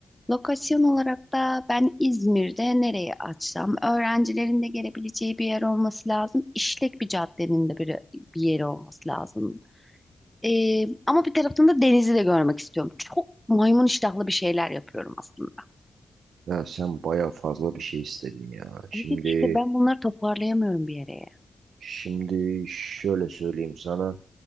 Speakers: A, in the centre; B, on the right (about 85°).
A: Lokasyon olarak da ben İzmir'de nereye açsam, öğrencilerin de gelebileceği bir yer olması lazım. İşlek bir caddenin de bir, bir yeri olması lazım. Ee, ama bir taraftan da denizi de görmek istiyorum. Çok maymun iştahlı bir şeyler yapıyorum aslında.
B: Ya sen bayağı fazla bir şey istedin ya. Şimdi
A: Evet işte ben bunları toparlayamıyorum bir yere.
B: şimdi şöyle söyleyeyim sana.